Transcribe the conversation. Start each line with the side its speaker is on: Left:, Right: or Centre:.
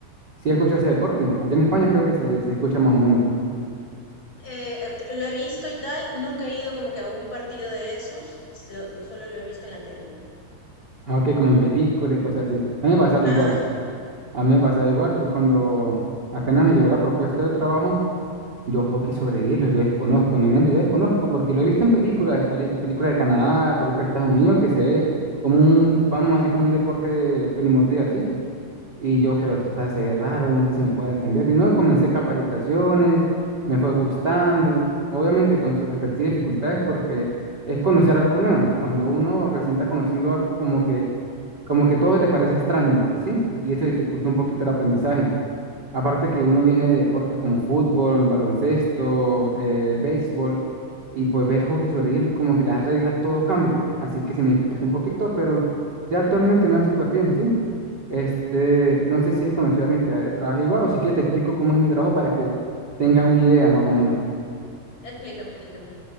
Right: Sí, escucho ese deporte. Allá en España creo que se, se escucha más o menos.
Left: Eh, lo he visto y tal, nunca he ido como que a un partido de esos, lo- lo- solo lo he visto en la tele, ¿no?
Right: Ah, Ok, como en películas cosas así. A mí me pasaba
Left: Ah,
Right: igual. A mí me pasaba igual. Yo cuando apenas me llegó la propuesta de trabajo, yo hockey sobre hielo, yo desconozco en mi mente, yo desconozco porque lo he visto en películas, peli- películas de Canadá, películas de Estados Unidos, que se ve como un, vamos así como un deporte primordial, ¿sí? Y yo,
Left: claro.
Right: pero esto está, se ve raro, no sé si me pueda defender. Y no, y comencé capacitaciones, me fue gustando, obviamente con sus respectivas dificultades, porque es conocer algo nuevo. Cuando uno recién está conociendo algo, como que, como que todo le parece extraño, ¿sí? Y esto
Left: Mm,
Right: dificulta
Left: mm,
Right: un poquito el aprendizaje. Aparte que uno viene de deportes como fútbol, baloncesto, eh, béisbol, y pues ver hockey sobre hielo es como que las reglas todo cambia. Así que se me dificulta
Left: claro.
Right: un poquito, pero ya actualmente me va súper bien, ¿sí? Este, no sé si has conocido a alguien que trabaje igual o si quieres te explico cómo es mi trabajo para que tengas una idea más o menos.
Left: Explícame, explícame.